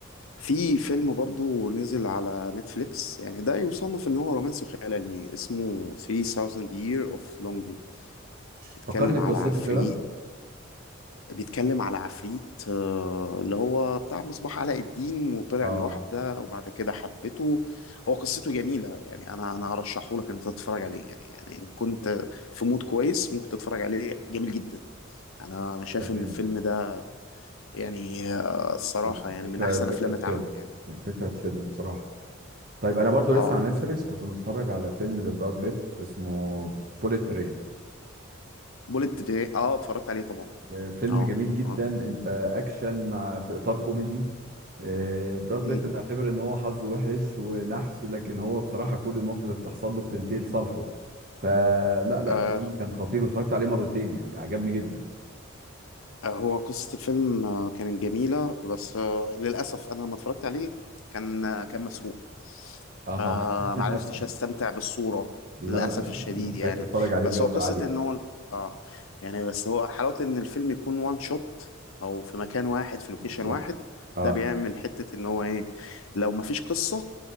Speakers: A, on the left; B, on the right.
A: في فيلم برضو نزل على نتفليكس يعني ده يصنف ان هو رومانسي وخيال علمي اسمه 3000 Year of Longing بيتكلم
B: ففكرني بقصته
A: على عفريت
B: كده
A: بيتكلم على عفريت آه، اللي هو بتاع مصباح علاء الدين وطلع
B: اه
A: لوحده وبعد كده حبته هو قصته جميلة يعني انا انا ارشحه لك ان انت تتفرج عليه يعني يعني ان كنت في مود كويس ممكن تتفرج عليه جميل جدا انا انا شايف
B: تمام
A: ان الفيلم ده يعني آه، الصراحة
B: الفكرة
A: يعني من احسن
B: الفكرة
A: افلام
B: تشد
A: اتعملت يعني
B: الفكرة تشد بصراحة طيب انا برضو لسه
A: اه
B: على نتفليكس كنت متفرج على فيلم لبراد بيت اسمه بوليت ترين
A: بوليت ترين اه اتفرجت عليه طبعا
B: فيلم
A: اه
B: جميل جدا
A: اه
B: انت اكشن مع في اطار كوميدي آه، براد
A: مم.
B: بيت معتبر ان هو حظه وحش ونحس لكن هو بصراحه كل المواقف اللي بتحصل له بتنتهي لصالحه فلا لا
A: آه
B: الفيلم كان خطير واتفرجت عليه مرتين يعني عجبني جدا
A: آه، هو قصة الفيلم آه، كانت جميلة بس آه للأسف أنا لما اتفرجت عليه كان آه كان مسروق
B: اه
A: فمعرفتش
B: <laughs>
A: استمتع بالصورة
B: لا
A: للأسف
B: لا انت
A: الشديد
B: محتاج
A: يعني
B: تتفرج عليه
A: بس
B: بجوده
A: هو قصة
B: عاليه
A: ان هو الف- اه يعني بس هو حلاوة ان الفيلم يكون وان شوت او في مكان واحد في لوكيشن
B: بالظبط
A: واحد
B: اه
A: ده بيعمل حتة ان هو ايه لو مفيش قصة